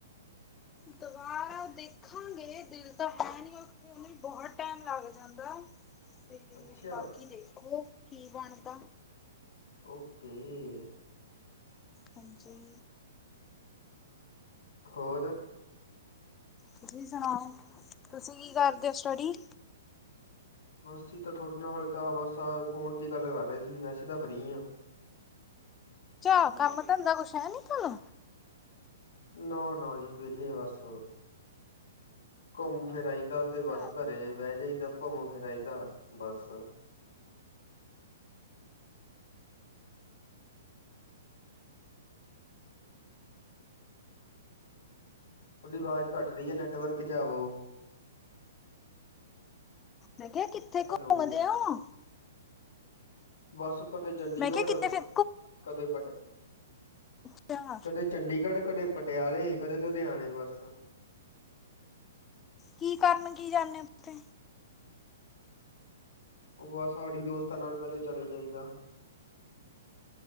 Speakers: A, on the left (about 15°); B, on the left (about 75°).
A: ਦੁਬਾਰਾ ਦੇਖਾਂਗੇ ਦਿਲ ਤਾਂ ਹੈ ਨੀ ਬਹੁਤ ਟੈਮ ਲੱਗ ਜਾਂਦਾ। ਤੇ
B: ਅੱਛਾ
A: ਬਾਕੀ ਦੇਖੋ ਕੀ ਬਣਦਾ?
B: ਓਕੇ-
A: ਹਾਂਜੀ।
B: ਹੋਰ?
A: ਤੁਸੀਂ ਸੁਣਾਓ ਤੁਸੀਂ ਕੀ ਕਰਦੇ ਹੋ ਸਟਡੀ?
B: ਅਸੀਂ ਤਾਂ ਤੁਹਾਡੇ ਨਾਲ ਹਾਲੇ ਤਾਂ ਬਸ ਫੋਨ ਤੇ ਹੀ ਗੱਲ ਕਰ ਰਹੇ ਸੀ ਵੈਸੇ ਤਾਂ ਫਰੀ ਹਾਂ।
A: ਚਾਹ ਕੰਮ ਧੰਦਾ ਕੁੱਛ ਹੈ ਨੀ ਤੁਹਾਨੂੰ?
B: ਨਾ-ਨਾ ਜੀ ਵੇਲੇ ਬਸ ਘੁੰਮ ਫਿਰ ਆਈ। ਦਾਂ ਤੇ
A: ਲੈ
B: ਬਸ ਘਰੇ ਬਹਿ ਜਾਇਦਾ ਘੁੰਮ ਫਿਰ ਆਈਦਾ ਬਸ- ਤੁਹਾਡੀ ਆਵਾਜ਼ ਘੱਟ ਰਹੀ ਹੈ ਨੈਟਵਰਕ ਚ ਆਵੋ।
A: ਮੈਂ ਕਿਹਾ ਕਿੱਥੇ
B: ਹੈਲੋ
A: ਘੁੰਮਦੇ ਹੋ
B: ਬਸ ਕਦੇ ਚੰਡੀਗੜ੍ਹ
A: ਮੈਂ ਕਿਹਾ ਕਿਤੇ ਫਿਰ
B: ਕਦੇ ਪਟੇ
A: ਘੁੰਮ
B: ਕਦੇ ਚੰਡੀਗੜ੍ਹ ਕਦੇ ਪਟਿਆਲੇ ਕਦੇ ਲੁਧਿਆਣੇ ਬਸ
A: ਕੀ ਕਾਰਨ ਕੀ ਜਾਂਦੇ ਓ ਉਥੇ
B: ਉਹ ਬਸ ਸਾਡੀ ਦੋਸਤਾਂ ਨਾਲ ਕਦੇ ਚਲੇ ਜਾਈਦਾ